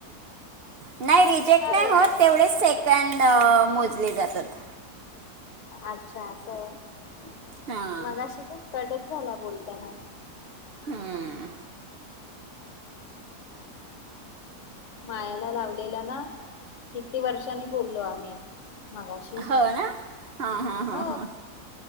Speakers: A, on the right; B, on the left.
A: नाही रिजेक्ट
B: अरे
A: नाही
B: यार
A: होत तेवढेच सेकंड मोजले जातात
B: अच्छा असं आहे
A: हां
B: मगाशी का कडच झाला बोलताना
A: हम्म
B: मायाला लावलेला ना किती वर्षांनी बोललो आम्ही मागाशी
A: हो ना हां हां हां
B: ह
A: हां